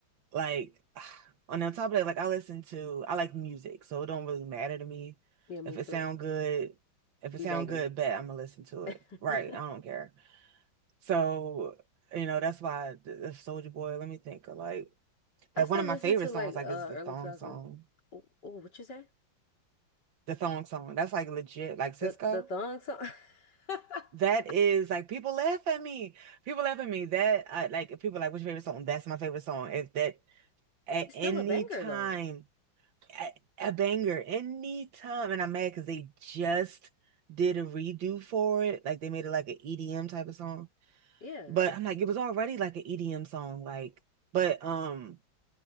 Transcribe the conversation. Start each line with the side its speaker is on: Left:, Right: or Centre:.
Right: Like, <sighs> on the top of that, like I listen to, I like music, so it don't really matter to me
Left: Yeah, me
Right: if it
Left: too.
Right: sound good. If it
Left: We
Right: sound
Left: banging
Right: good, bet I'm gonna listen to it.
Left: it.
Right: Right? I don't care. So, you know, that's why the, Soldier Boy. Let me think. of, Like,
Left: <laughs> I
Right: like
Left: still
Right: one of
Left: listen
Right: my favorite
Left: to like
Right: songs,
Left: uh
Right: like, is the
Left: early
Right: thong
Left: 2000.
Right: song.
Left: Oh, oh, what you say?
Right: The thong song. That's like legit. Like Cisco.
Left: The the thong song. <laughs>
Right: That is like people laugh at me. People laugh at me. That I like. If people like, what's your favorite song? That's my favorite song. If that at
Left: It's
Right: any
Left: still a banger
Right: time.
Left: though.
Right: a, a banger anytime. And I'm mad because they just did a redo for it. Like they made it like an EDM type of song.
Left: Yeah.
Right: But I'm like, it was already like an EDM song. Like, but um,